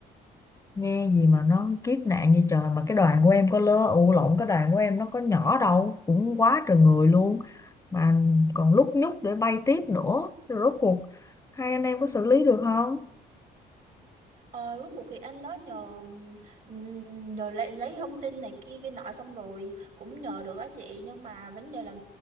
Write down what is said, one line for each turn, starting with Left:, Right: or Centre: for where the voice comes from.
Left: nghe gì mà nó kiếp nạn như trời mà cái đoàn của em có lơ ụ lộn cái đoàn của em nó có nhỏ đâu cũng quá trời người luôn mà còn lúc nhúc để bay tiếp nữa rồi rốt cuộc hai anh em có xử lý được không
Right: Ờ, rốt cuộc thì anh đó nhờ ừm, nhờ lấy, lấy thông tin này kia cái nọ xong rồi cũng nhờ được á chị nhưng mà vấn đề là